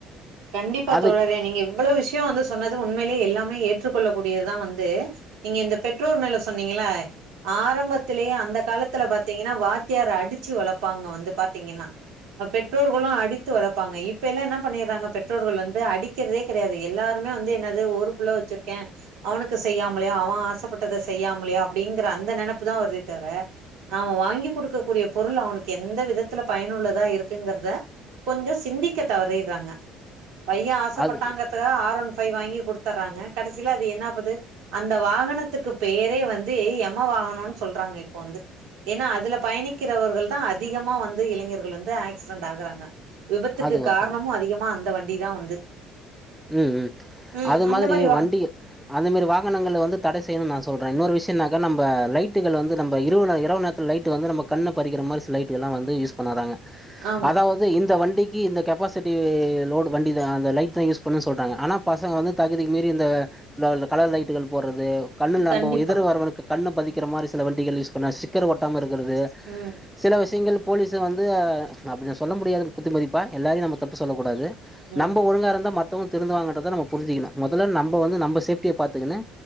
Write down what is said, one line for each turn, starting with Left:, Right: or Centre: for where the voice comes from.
Right: கண்டிப்பா
Centre: அதுக்கு
Right: தோழரே நீங்க இவ்ளோ விஷ்யோ வந்து சொன்னது உண்மேலே எல்லாமே ஏ ற்றுக்கொள்ள கூடியதுதா வந்து நீங்க இந்த பெற்றோர் மேல சொன்னீங்கள ஆரம்பத்திலேயே அந்த காலத்துல பாத்தீங்கனா வாத்தியார் அடிச்சு வளப்பாங்க வந்து பாத்தீங்கனா பெற்றோர்களு அடித்து வளப்பாங்க இப்ப எல்லா என்ன பண்ணிறாங்க பெற்றோர்கள் வந்து அடிக்கிறதே கெடையாது எல்லாருமே வந்து என்னது ஒரு புள்ள வச்சிருக்கே அவனுக்கு செய்யாமலையா அவ ஆசப்பட்டத செய்யாமலையா அப்டிங்கிற அந்த நெனப்புதா வருதே தவர அவ வாங்கி குடுக்க கூடியப் பொருள் அவனுக்கு எந்த விதத்துல பயனுள்ளதா இருக்குங்கிறத கொஞ்சோ சிந்திக்க தவறிர்றாங்க பைய ஆசப்பட்டாங்கறதுகாக
Centre: அது
Right: ஆர் ஒன் ஃபை வாங்கி குடுத்தர்றாங்க கடைசில அது என்னாப்புது அந்த வாகனத்துக்குப் பெயரே வந்தேய் எம வாகனனொன் சொல்றாங்க இப்போ வந்து ஏனா அதுல பயணிக்கிறவர்கள்தா அதிகமா வந்து இளைஞர்கள் வந்து ஆக்சிடென்ட் ஆகறாங்க விபத்துக்கு
Centre: அது
Right: காரணமு
Centre: ஒரு காரண
Right: அதிகமா அந்த வண்டிதா வந்து
Centre: ம் ம்
Right: ம்
Centre: அது
Right: அந்த
Centre: மாதிரி
Right: மாரி வா
Centre: வண்டிய அந்த மாரி வாகனங்கள வந்து தட செய்யணுன் நா சொல்றே இன்னொரு விஷ்யனாக்கா நம்ப லைட்டுகள் வந்து நம்ம இருவுள இரவு நேத் த்துல் லைட்டு வந்து நம்ம கண்ணப் பறிக்கிற மாரி சில லைட்டுகள்லா வந்து யூஸ் பண்ணாதாங்க
Right: ஆமா
Centre: அதாவது இந்த வண்டிக்கி இந்த கெப்பாசிட்டி லோடு வண்டி இது அந்த லைட்தா யூஸ் ப்புனு சொல்றாங்க ஆனாப் பசங்க வந்து தகுதிக்கு மீறி இந்த இந்த ல கலர் லைட்டுகள் போர்றது கண்ணுல் நம்போ
Right: கண்டிப்பா
Centre: எதுற வரவனுக்குக் கண்ணப் பதிக்கிற மாரி சில வண்டிகள் யூஸ் பண்ண சிக் க்கர் ஒட்டமா இருக்கிறது
Right: ம்
Centre: சில விஷியங்கள் போலீசு வந்து நா அப்டி நா சொல்லம் முடியாது குத்து மதிப்பா எல்லாரயும் நம்ம தப்பு சொல்லகூடாது
Right: ம்
Centre: நம்ப ஒழுங்கா இருந்தா மத்தவங்க திருந்துவாங்கன்றத நம்ம புரிஞ்சிக்கிணு மொதல நம்போ வந்து நம்ம சேஃப்டிய பாத்துகினு